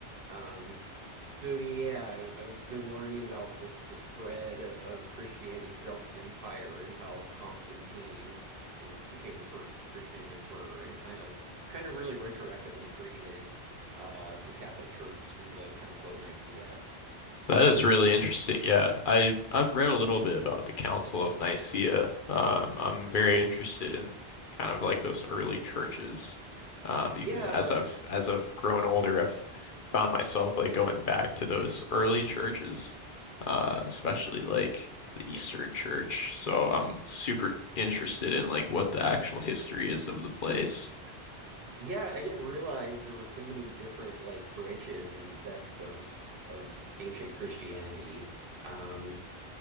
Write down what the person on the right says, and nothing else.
Um. So yeah, I- I've been learning about the the spread of Christianity throughout the empire and how Constantine w- became the first Christian emperor and kind of kind of really retroactively created uh, the Catholic Church through the Council of Nicaea.
Yeah,
yeah, I didn't realize there were so many different like branches and sects of of ancient Christianity. Um,